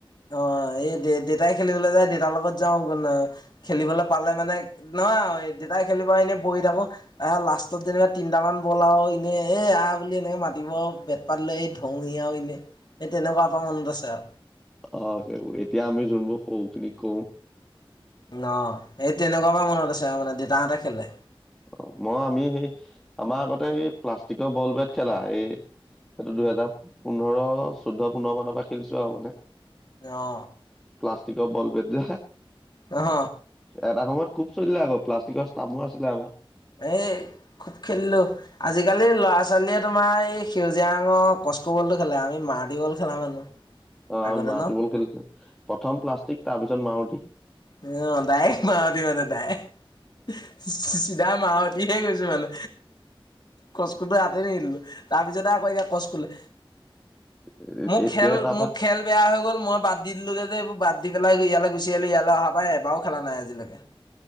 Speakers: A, on the left (about 50°); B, in the centre.
A: অ এই দেতাই খেলিবলৈ যায় দেতাৰ লগত যাওঁ খেলিবলৈ পালে মানে <unintelligible> নহ আও দেতাই খেলিব আহিলে বহি থাকো আহ লাষ্টত যেনিবা তিনটামান বল আৰু এনেই এ আ এনেকে মাতিব আও বেত পাত লৈ আহি ধও আও এনেই সেই তেনেকুৱা এটা মনত আছে আ
B: অ সেইবোৰ এতিয়া আমি যোনবোৰ সৰুখিনি কও।
A: ন সেই তেনেকুৱা পা মনত আছে মানে দেতাহঁতে খেলে
B: অ মই আমি সেই আমাৰ আগতে এই প্লাষ্টিকৰ বল বেট খেলা এ সেইটো দুহেজাৰ পোন্ধৰ চৈধ্য পোন্ধৰ মানৰ পৰা খেলিছো আও মানে।
A: অ
B: প্লাষ্টষ্টিকৰ বল বেট যে,
A: অহ
B: এটা সময়ত খুব চলিলে আগপ প্লাষ্টিকৰ ষ্টামো আছিলে আমা
A: এ খুব খেলিলো আজিকালি ল'ৰা-ছোৱালীয়ে তোমাৰ এই সেউজীয়া ৰঙৰ ক কস্কবলটো খেলে আমি মাৰুটি বল খেলা মানুহ।
B: অ
A: আগতে
B: আমি মাৰুতি
A: ন
B: বল খেলিছো প্ৰথম প্লাষ্টিক তাৰ পিছত মাৰুতি।
A: অ দাৰেক মাৰুতি মানে তাই চিধা মাৰুতিহে গৈছ মানে কস্কটো হাতে নিদিলো। তাৰপিছতে আকৌ এতিয়া কস্কলে।
B: ডাইৰেক্ট
A: মোক
B: এতিয়াহে
A: খেল
B: তাৰপা
A: মোক খেল বেয়া হৈ গ'ল মই বাদ দি দিলোগে যে এইবোৰ বাদ দি পেলাই ইয়ালৈ গুচি আহলো ইয়ালৈ অহা পাই এবাৰও খেলা নাই আজিলৈকে।